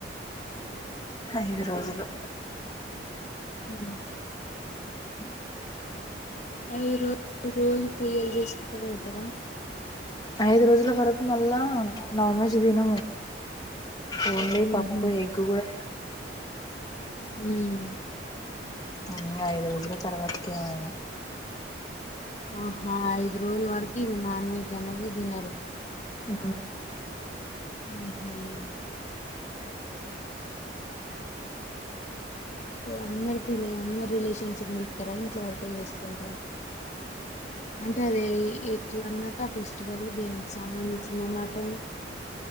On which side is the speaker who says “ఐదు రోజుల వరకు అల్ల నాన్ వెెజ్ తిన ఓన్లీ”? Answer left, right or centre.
Left